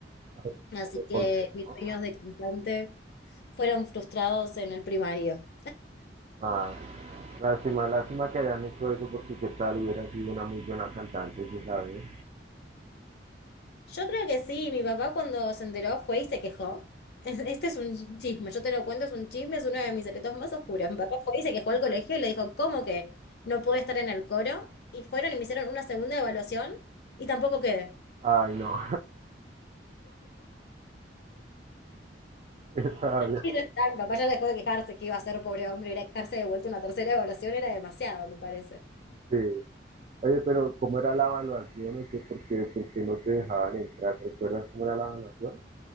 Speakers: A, on the right (about 40°); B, on the left (about 60°).
A: <laughs>
B: Así
A: Pero
B: que
A: ¿por qué
B: mis
A: no?
B: sueños de cantante fueron frustrados en el primario.
A: Ah, lástima, lástima que hayan hecho eso porque qué tal hubiera sido una muy buena cantante, si sabes.
B: Yo creo que sí, mi papá cuando se enteró fue y se quejó. <laughs> Es- Este es un chisme, yo te lo cuento, es un chisme, es uno de mis secretos más oscuros. Mi papá fue y se quejó al colegio y le dijo, ¿cómo que no puedo estar en el coro? Y fueron y me hicieron una segunda evaluación y tampoco quedé.
A: Ay, no. <laughs> Está bien.
B: Y ya está, mi papá ya dejó de quejarse que iba a ser pobre hombre, ir a quejarse de vuelta una tercera evaluación era demasiado, me parece.
A: Sí. Oye, pero ¿cómo era la evaluación? No sé por qué, por qué no te dejaban entrar. ¿Recuerdas cómo era la evaluación?